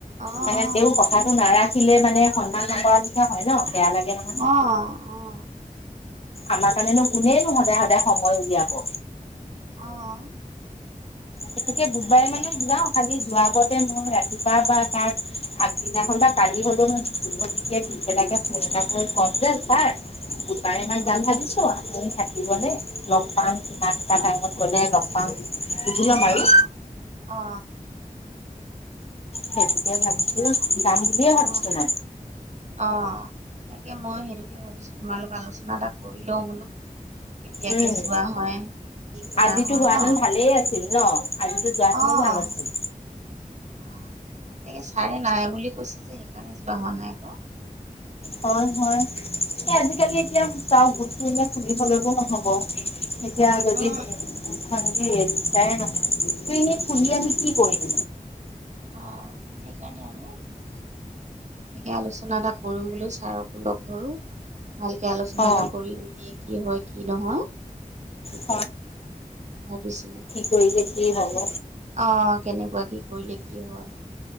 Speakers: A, on the right; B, on the left.
A: অ অ
B: মানে তেওঁৰ
A: সেইটোৱে
B: কথাতো নাৰা। ৰাখিলে মানে সন্ধান নকৰাৰ নিচিনা হয় ন' বেয়া লাগে নহয়।
A: অহ', অহ'।
B: আমাৰ কাৰণেনো কোনেনো সদায়-সদায় সময় উলিয়াব।
A: অহ।
B: এনেকে বুবাই
A: কাৰণে
B: মানে যাওঁ। খালি যোৱাৰ আগতে মই ৰাতিপুৱা বা তাৰ আগদিনাখন বা কালি হ'লেও মইভ পেলাকে ফোন এটা কৰি ক'ম যে ছাৰ গোটাইমান
A: উম।
B: যাম ভাবিছো আপুনি থ থ দিব লগ পাম কি কটা টাইমত গ'লে লগ পাম। সুধি ল'ম আৰু
A: অ', অ'।
B: খেতিতে ভাবিছিলো দাম বুলিয় ভাবছ
A: অ',
B: ন।
A: অ, তাকে ময়ো সেইটোকে ভাবিছো তোমালোকৰ আলোচনা এটা কৰি লও বোলো। কেতিয়াকে
B: উম
A: যোৱা হয় কি কৰা
B: আজিতো
A: হয়
B: হোৱাহেতেন
A: ন।
B: <inaudible> যোৱাহেতেনো
A: অ'।
B: ভাল আছিল
A: অ, তাকে ছাৰে নাই বুলি কৈছো যে সেইকাৰণে যোৱা হোৱা নাই আকৌ।
B: হয়, হয়। এ, আজিকালি এতিয়া সা বস্তু এতিয়া সুধিবলে নহব। এতিয়া যদি
A: উম
B: খাই নহয় ত, এনেই ফুলি আমি কি কৰিম।
A: অ, সেইকাৰণে আৰু ম সে আলোচনা এটা কৰিম বুলিও ছাৰকো লগ ধৰো। ভালকে আলোচনা
B: অ
A: এটা কৰি নিমিয় কি হয়, কি নহয় সকে
B: হয়
A: ভাবিছিলো।
B: কৰি যে কি হ'ব
A: অ, কেনেকুৱা কি কৰিলে কি হয়